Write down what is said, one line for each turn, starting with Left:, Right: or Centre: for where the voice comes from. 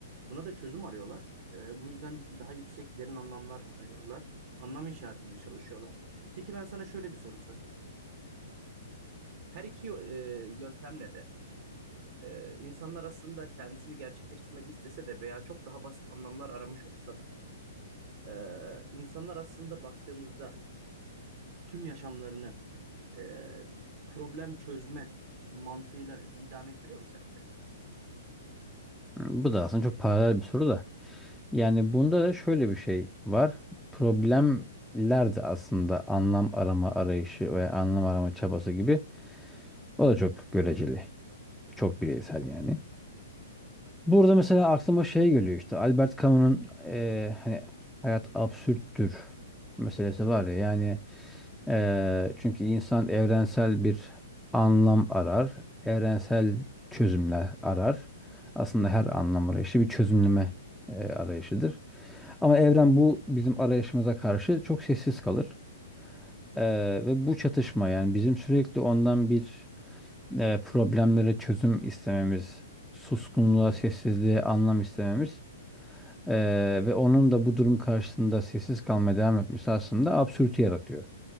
Right: Buna da çözüm arıyorlar. E, bu yüzden daha yüksek, derin anlamlar arıyorlar. Anlam inşa etmeye çalışıyorlar. Peki ben sana şöyle bir soru sorayım. Her iki e, yöntemle de e, insanlar aslında kendisini gerçekleştirmek istese de veya çok daha basit anlamlar aramış olsa da Ee, insanlar aslında baktığımızda tüm yaşamlarını e, problem çözme mantığıyla idame ettiriyor mu sence?
Centre: Bu da aslında çok paralel bir soru da. Yani bunda da şöyle bir şey var. Problemler de aslında anlam arama arayışı veya anlam arama çabası gibi o da çok göreceli. Çok bireysel yani. Burada mesela aklıma şey geliyor işte Albert Camus'un eee, hani hayat absürttür meselesi var ya yani eee, çünkü insan evrensel bir anlam arar, evrensel çözümler arar. Aslında her anlam arayışı bir çözümleme eee, arayışıdır. Ama evren bu bizim arayışımıza karşı çok sessiz kalır. Eee, ve bu çatışma yani bizim sürekli ondan bir eee, problemlere çözüm istememiz, suskunluğa, sessizliğe anlam istememiz, eee, ve onun da bu durum karşısında sessiz kalmaya devam etmesi aslında absürtü yaratıyor.